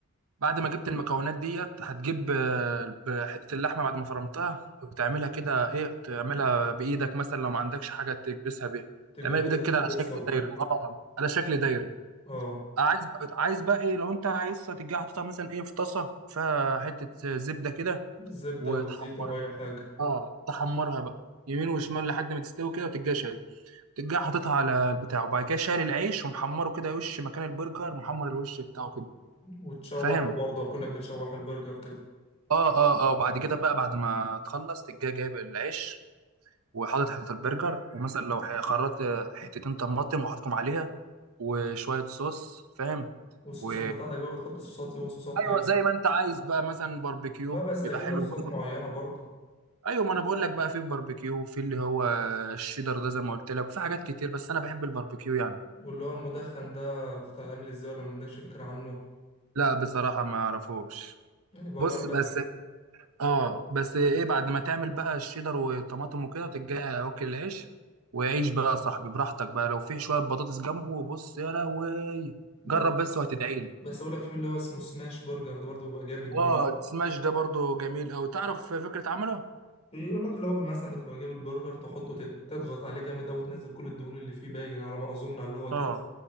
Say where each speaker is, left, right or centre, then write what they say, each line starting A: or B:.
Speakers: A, on the right (about 80°); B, on the left (about 30°).
A: بعد ما جبت المكونات ديت هتجيب آه، ب- حتة اللحمة بعد ما فرمتها وتعملها كده ايه تعملها بإيدك مثلا لو ما عندكش حاجة تكبسها بيها
B: تجهزها
A: تعملها بإيدك كده
B: تكبسها
A: على شكل
B: وكده
A: دايرة اه على شكل دايرة
B: اه
A: عايز عايز بقى ايه لو انت عايزها تجي حاططها مثلا ايه في طاسة فيها حتة زبدة كده
B: زبدة
A: وتحمرها
B: وزيت أو أي حاجة
A: اه تحمرها بقى يمين وشمال لحد ما تستوي كده وتجي شايل تجي حاططها على البتاع وبعد كده شايل العيش ومحمره كده وش مكان البرجر محمر الوش بتاعه كده
B: وتشوح
A: فاهم
B: وبرضه أكنك بتشوح البرجر كده
A: اه اه اه وبعد كده بقى بعد ما تخلص تجي جايب العيش وحاطط حتة البرجر ومثلا لو ح- خرطت حتتين طماطم وحاططهم عليها وشوية صوص فاهم
B: والصوصات
A: و
B: بتاعتك بقى بتحط صوصات إيه وصوصات
A: ايوه
B: إيه
A: زي ما انت عايز بقى مثلا باربيكيو
B: لا بس
A: بيبقى
B: أكيد
A: حلو
B: لها صوصات
A: برضه
B: معينة برضه
A: ايوه ما انا بقول لك بقى في باربيكيو في اللي هو الشيدر ده زي ما قلت لك وفي حاجات كتير بس انا بحب الباربيكيو يعني
B: واللي هو المدخن ده بتتعمل إزاي ولا ما عندكش فكرة عنه
A: لا بصراحة ما اعرفوش
B: يبقى
A: بص
B: جرب بقى
A: بس
B: ال-
A: اه بس ايه بعد ما تعمل بقى الشيدر والطماطم وكده تجي اوكي العيش وعيش بقى يا صاحبي براحتك بقى لو في شويه بطاطس جنبه بص يا لهوي
B: لا
A: جرب
B: لا
A: بس
B: بس
A: وهتدعي لي
B: بس أقول لك في اللي هو اسمه سماش برجر ده برضه بيبقى جامد منه
A: اه السماش ده برضو جميل قوي تعرف فكره عمله
B: بيقول لك اللي هو مثلا بتبقى جايب البرجر تحطه تت- تضغط عليه جامد أوي وتنزل كل الدهون اللي فيه باين على ما أظن على اللي هو كده
A: اه